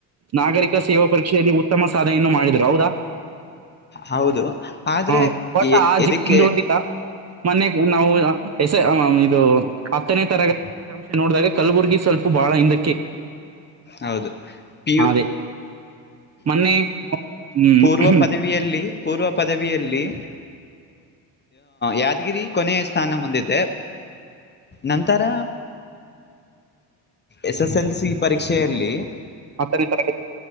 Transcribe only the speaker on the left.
ಹೌದು ಆದ್ರೆ
ಎ ಎದಕ್ಕೆ
ಹೌದು
ಪಿ
ಪೂರ್ವ ಪದವಿಯಲ್ಲಿ ಪೂರ್ವ ಪದವಿಯಲ್ಲಿ ಯಾದಗಿರಿ ಕೊನೆಯ ಸ್ಥಾನ ಹೊಂದಿದೆೆ ನಂತರ S S L C C ಪರೀಕ್ಷೆಯಲ್ಲಿ